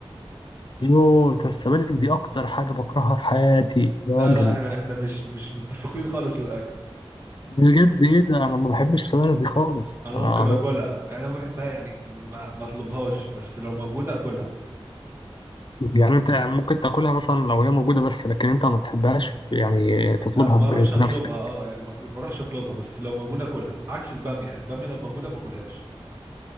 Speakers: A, on the left; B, on the right.
A: يوه ده السبانخ دي اكتر حاجه بكرهها في حياتي يا
B: لا
A: راجل
B: لا احنا احنا مش مش متفقين خالص للاكل
A: بجد ايه ده انا ما بحبش السبانخ دي خالص
B: انا
A: انا
B: ممكن اكلها يعني ما بحبها يعني ما ما اطلبهاش بس لو موجودة اكلها
A: يعني انت ممكن تاكلها مثلا لو هي موجوده بس لكن انت ما بتحبهاش يعني تطلبها
B: آه، ما
A: ب-
B: اروحش اطلبها
A: بنفسك
B: اه يعني ما ما اروحش اطلبها بس لو موجودة اكلها عكس البامية البامية لو موجودة ما اكلهاش